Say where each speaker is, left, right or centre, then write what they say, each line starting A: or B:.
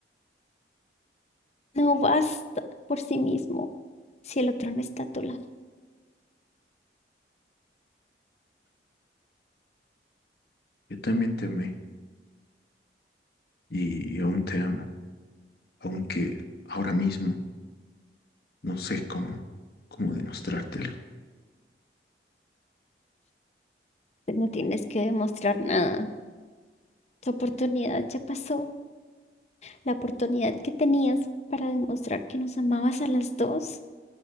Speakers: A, on the left; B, on the left.
A: No basta por sí mismo si el otro no está a tu lado.
B: Yo también te amé y aún te amo, aunque ahora mismo no sé cómo, cómo demostrártelo.
A: pues No tienes que demostrar nada. Tu oportunidad ya pasó. La oportunidad que tenías para demostrar que nos amabas a las dos